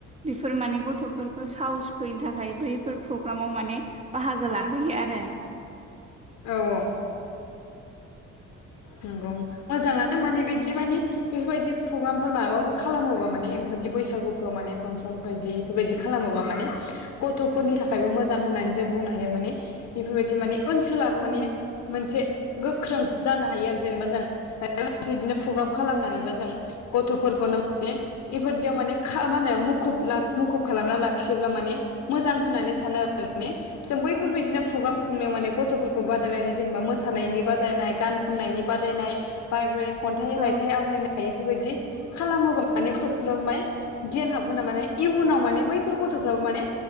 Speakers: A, on the right; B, on the left.
A: बेफोर माने गथ'फोरखौ साहस फैनो थाखाय बैफोर प्रग्रामाव माने बाहागो लाहोयो आरो
B: औ-औ नंगौ मोजाङानो माने बिदि माने बेफोरबायदि प्रग्रामफोर माबाफोर खालामोबा माने बेफोरदि बैसागुफ्राव माने फांसन बायदि बेफोरबायदि खालामोबा माने गथ'फोरनि थाखायबो मोजां होननानै जों बुंनो हायो माने इफोरबायदि माने ओनसोलाबो
A: औ
B: माने मोनसे गोख्रों जानो हायो आरो जेनेबा जों मायबा मोनसे बिदिनो प्रग्राम खालामनानैबा
A: औ
B: जों गथ'फोरखौनो माने बेफोरदियाव माने मा होनो मुखुब मुखुब खालामना लाखियोब्ला माने मोजां होननानै सानो आरो ने जों बैफोरबायदिनो प्रग्राम खुंनायाव माने गथ'फोरखौ बादायलायनाय जेनेबा मोसानायनि बादायनाय गान खनायनि बादायनाय बा खन्थाइ
A: औ
B: रायथाइ आवरायनाय बेफोरबायदि खालामोबा माने गथ'फोर माने गियान हाबगोन ना माने इयुनाव माने बैफोर गथ'फ्राबो माने